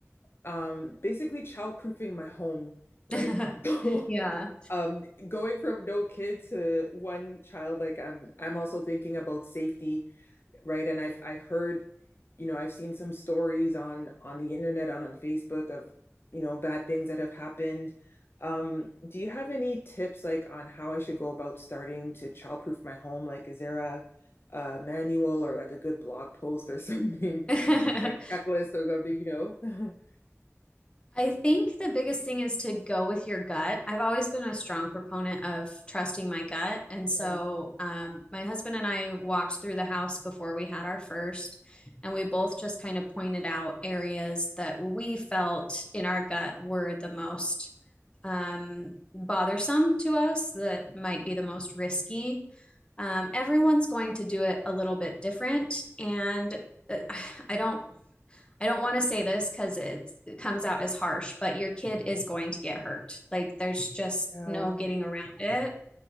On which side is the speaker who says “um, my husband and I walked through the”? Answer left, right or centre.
Left